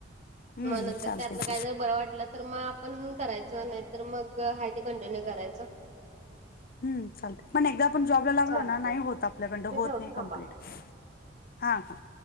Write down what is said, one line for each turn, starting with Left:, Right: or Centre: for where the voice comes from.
Left: हम्म
Right: मग नंतर
Left: चालतंय
Right: त्यातन
Left: की.
Right: काय बरं वाटलं तर मग आपण करायचं नाहीत तर मग आहे ते कंटिन्यू करायचं.
Left: हम् चालते पण एकदा आपण जॉबला लागलो
Right: चालतंय
Left: ना नाही होत आपल्याकडडं
Right: मी
Left: होत
Right: ठेवते
Left: नाही
Right: थांबा
Left: कम्प्लीट हा हा